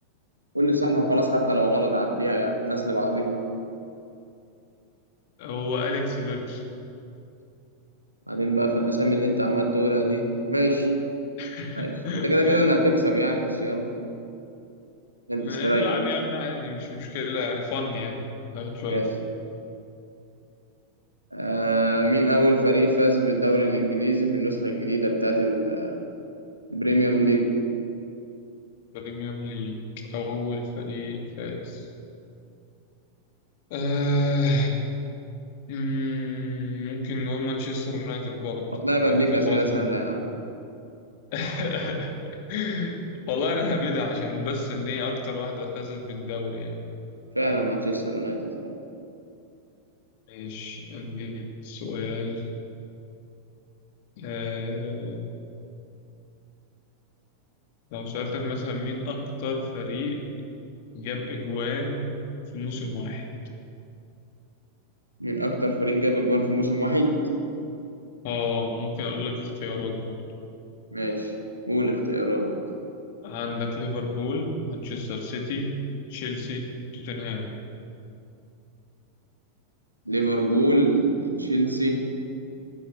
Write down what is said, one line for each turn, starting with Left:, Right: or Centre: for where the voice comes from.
Right: قول لي صح وخلاص حتى لو غلط عديها يعني الناس اللي بعضيها
Left: هو أليكس فيركس
Right: بعدين بقى في الاسامي اللي انت عمال تقولها دي ماشي
Left: <laughs>
Right: ماشي انت كده كده اللي هتكسب يعني بس يلا عشان
Left: نلعب
Right: تستريح بس
Left: يا عم عادي مش مشكلة يعني فن يعني ناخد شوية
Right: ماشي آه مين اول فريق فاز بالدوري الانجليزي في النسخه الجديده بتاعت ال- البريميوم ليج
Left: بريميوم ليج أول فريق فاز آه مم، ممكن نقول مانشستر يونايتد برضه
Right: والله بديك
Left: يعني في الفترة
Right: اسئله سهله
Left: دي
Right: يا عم
Left: <laughs> والله أنا هبدها عشان بس إن هي أكتر واحدة فازت بالدوري يعني
Right: فعلا مانشستر يونايتد فعلا
Left: ماشي أديك سؤال آه لو سألتك مثلا مين أكتر فريق جاب إجوان في موسم واحد
Right: مين اكتر فريق جاب اجوان في موسم واحد
Left: اه ممكن اقول لك اختيارات برضه
Right: ماشي قول اختيارات
Left: عندك ليفربول مانشستر سيتي تشيلسي توتنهام
Right: ليفربول تشيلسي